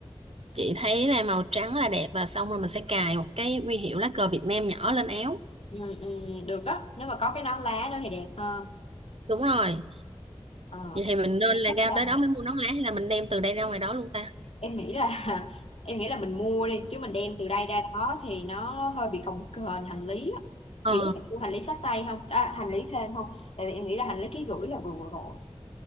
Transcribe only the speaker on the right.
chị thấy là màu trắng là đẹp và xong rồi mình sẽ cài một cái huy hiệu lá cờ Việt Nam nhỏ lên áo
đúng rồi
vậy thì mình nên
là
ra
tới đó mới mua nón lá hay là mình đem từ đây ra ngoài đó luôn ta
ờ